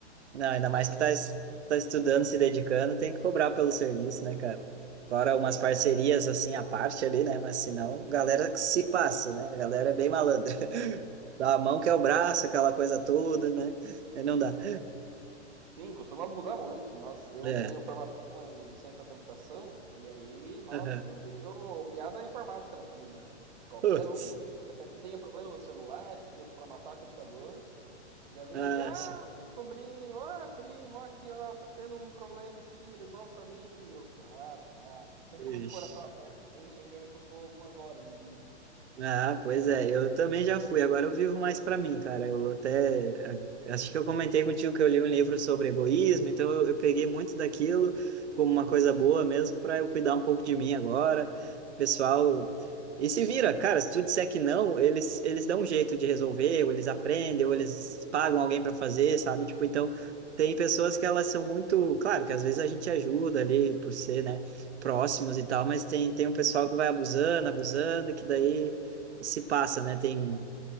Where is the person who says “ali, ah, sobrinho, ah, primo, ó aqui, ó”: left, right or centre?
Right